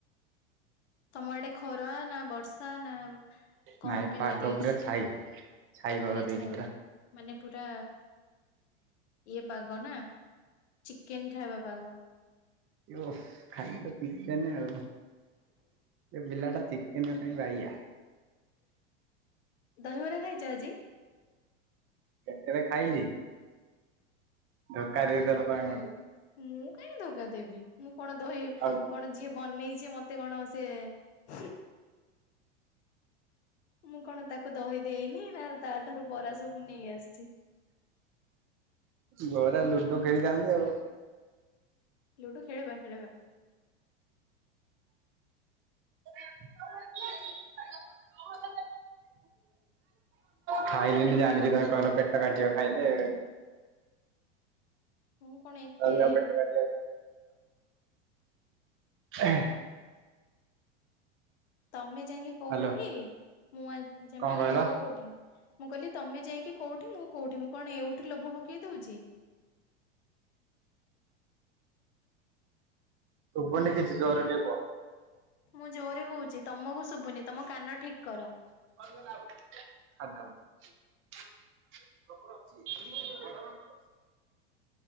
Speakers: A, on the left; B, on the right.
A: ତମ ଆଡେ ଖରା ନା ବର୍ଷା ନା ଆ କଣ
B: ନାଇଁ
A: କେମିତି
B: ପାଗ
A: ଅଛି
B: ପୁରା ଛାଇ ଛାଇ ପାଗ
A: ପୁରା
B: ଦେଇଛି
A: ଛାଇ ମାନେ ପୁରା ଇଏ ପାଗ ନା ଚିକେନ ଖାଇବା ପାଗ।
B: ଓଃ ଖାଲିତ ଚିକେନ ଆଉ। ଏ ପିଲାଟା ଚିକ୍ କେନ ପାଇଁ ବାଇଆ।
A: ଦହିବରା ଖାଇଛ ଆଜି?
B: କେତେବେଳେ ଖାଇଲି ଧୋକା ଦେଇଦେଲ ତମେ ମତେ।
A: ମୁଁ କାଇଁ ଧୋକା ଦେବି ମୁଁ କଣ ଦହି
B: ଆଉ
A: କଣ ଯିଏ ବନେଇଛି ମତେ ତେ କଣ ସିଏ ମୁଁ କଣ ତାକୁ ଦହି ଦେଇନି ନା ତାଠାରୁ ବରା ସବୁନେଇ ଆସିଛି।
B: ଗୋରା ଲୁଡୁ ଖେଳିଥାନ୍ତେ ଆଉ।
A: ଲୁଡୁ ଖେଳିବା ଖେଳିବା।
B: <inaudible> ଖାଇଲିିନି ଜାଣିକି ତମେ କହିଲ ପେଟ କାଟିବ ଖାଇଲେ।
A: ମୁଁ କଣ ଏତେ
B: ଅଧିକ ପେଟ କାଟିବ। ଏହେଁ।
A: ତମେ ଯାଇକି କୋଉଠି
B: ହ୍ୟାଲୋ
A: ମୁଁ ଆ ଯେ
B: କଣ
A: ମାନେ
B: କହିଲ
A: ମୁଁ କୋଉଠି। ମୁଁ କହିଲି ତମେ ଯାଇକି କୋଉଠି ମୁଁ କୋଉଠି ମୁଁ କଣ ଏଉଠୁ ଲୋଭ ପକେଇ ଦଉଛି।
B: ଶୁଭୁନି କିଛି ଜୋରେଟିକେ କୁହ।
A: ମୁଁ ଜୋରେ କହୁଛି ତମକୁ ଶୁଭୁନି ତମ କାନ ଠିକ କର।
B: <unintelligible>